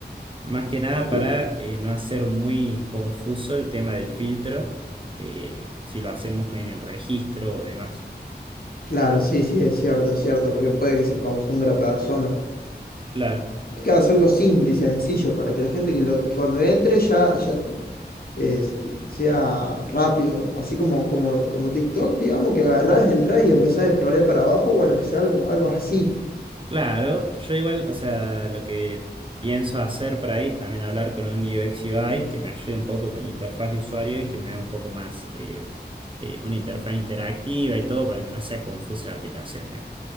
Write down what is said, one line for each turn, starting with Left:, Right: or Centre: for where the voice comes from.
Right: Más que nada para
Left: Cl-
Right: eh, no hacer muy confuso el tema del filtro, eh, si lo hacemos en el registro o demás.
Left: Claro, sí, sí, es cierto, es cierto, porque puede que se confunda la persona.
Right: Claro,
Left: Hay que hacerlo simple y sencillo para que la gente que, lo, que cuando entre ya, ya eh, sea rápido, así como, como, como TikTok, digamos, que agarrás, entrás y empezás a scrollear para abajo, bueno, que sea algo, algo así.
Right: claro, yo igual, o sea, lo que pienso hacer por ahí es también hablar con un UX UI que me ayude un poco con la interfaz de usuario y que me haga un poco más eh, eh, una interfaz interactiva y todo para que no sea confusa la aplicación,